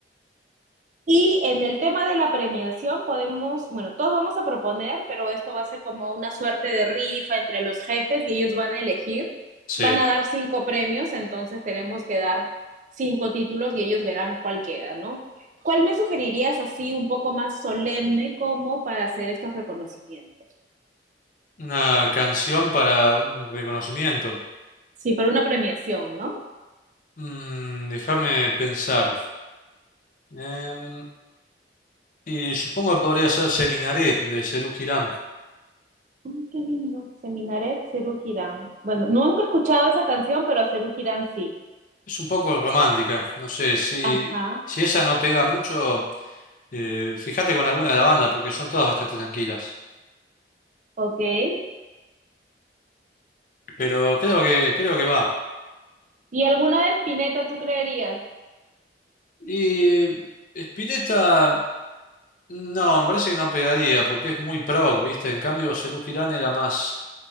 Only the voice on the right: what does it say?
Y en el tema de la premiación podemos, bueno, todos vamos a proponer, pero esto va a ser como una suerte de rifa entre los jefes y ellos van a elegir.
Van a dar cinco premios, entonces tenemos que dar cinco títulos y ellos verán cuál queda, ¿no? ¿Cuál me sugerirías así un poco más solemne como para hacer estos reconocimientos?
Sí, para una premiación, ¿no?
Mm, qué lindo. Seminaret Serú Girán. Bueno, nunca he escuchado esa canción, pero a Serú Girán sí.
Ajá,
ok.
¿Y alguna de Spinetta tú creerías?